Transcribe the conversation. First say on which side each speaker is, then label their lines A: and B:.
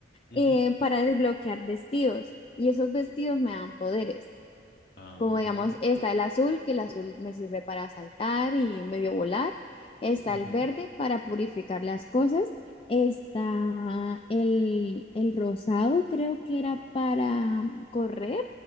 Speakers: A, on the left; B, on the left.
A: ujú,
B: eh, para desbloquear vestidos y esos vestidos me dan poderes
A: ah,
B: como digamos, está el azul, que el azul me sirve para saltar y medio volar. Está
A: ujú,
B: el verde para purificar las cosas. Está el, el rosado, creo que era para mm, correr,